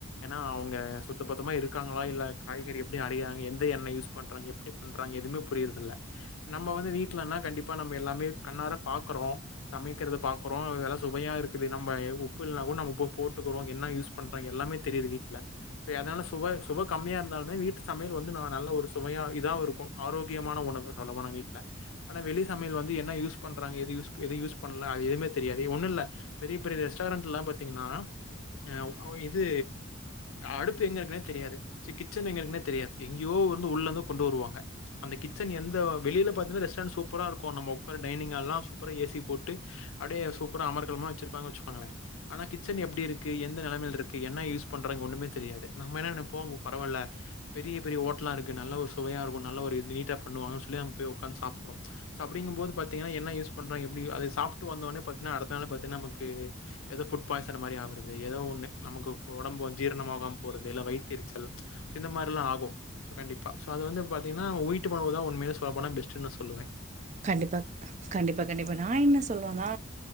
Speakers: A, on the left; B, on the right.
A: ஏன்னா அவங்க சுத்த பத்தமா இருக்காங்களா இல்ல காய்கறி எப்படி அறியறாங்க எந்த எண்ணெய் யூஸ் பண்றாங்க எப்படி பண்றாங்க எதுவுமே புரியுறதில்ல நம்ம வந்து வீட்லனா கண்டிப்பா நம்ம எல்லாமே கண்ணார பாக்குறோ சமைக்கிறத பாக்குறோ எல்லாம் சுவையா இருக்குது நம்ம உப்பு இல்லனா கூட நம்உப்பு போட்டுக்கிறோ என்ன யூஸ் பண்றாங்க எல்லா எல்லாமே தெரியுது வீட்ல அதனால சுவை சுவை கம்மியா இருந்தாலுமே வீட்டு சமையல் வந்து நல்ல ஒரு சுவையா இது தான் இருக்கும் ஆரோக்கியமான உணவு சொல்லபோனா வீட்ல ஆன வெளி சமையல் வந்து என்ன யூஸ் பண்றாங்க எது யூஸ் பண்ணல அது எதுவுமே தெரியாது ஒண்ணும் இல்ல பெரிய பெரிய ரெஸ்டாரன்ட் எல்லாம் பாத்தீங்கன்னா ஆ இது அடுப்பு எங்க இருக்குன்னே தெரியாது கிச்சன் எங்க இருக்குனே தெரியாது எங்கேயோ வந்து உள்ள இருந்து கொண்டு வருவாங்க அந்த கிச்சன் எந்த வெளியில பாத்தீங்கன்னா ரெஸ்டாரண்ட் சூப்பரா இருக்கும் நம்ம உட்கார டைனிங்ஹால் எல்லாம் சூப்பரா ஏசி போட்டு அப்படியே சூப்பர அமர்கலமா வச்சுருப்பாங்க வச்சுக்கோங்களே ஆனா கிச்சன் எப்படி இருக்கு எந்த நிலைமைையில் இருக்கு என்ன யூஸ் பண்றா ஒண்ணமே தெரியாது நம்ம என்ன நினைப்போ பரவால்ல பெரிய பெரிய ஹோட்டலா இருக்கு நல்ல ஒரு சுப் சுவையா இருக்கும் நல்ல ஒரு நீட்டா பண்ணுவாங்க சொல்லி அங்கே போய் உட்கார்ந்து சாப்படுறோ அப்படிங்க போது பாத்தீங்கன்னா என்ன யூஸ் பண்றாங்க எப்படி அது சாப்பிட்டு வந்தவுடனோ பாத்தீங்கன்னா அடுத்த நாளே பாத்தா நமக்கு ஏதோ புட்பாய்சன் மாதிரி ஆகிறது ஒன்னு ந உடம்பு ஜீரணமாகமே போறது இல்ல வைத்தரிச்சல் இந்த மாதிரி எல்லாம் ஆகும் சோ கண்டிப்பா அது வந்து பார்த்தீங்கன்னா வெயிட் உணவு தான்உண்மையில சொல்லப்போனா பெஸ்டுன்னு சொல்லுவே
B: கண்டிப்பா கண்டிப்பா கண்டிப்பா நான் என்ன சொல்லுவனா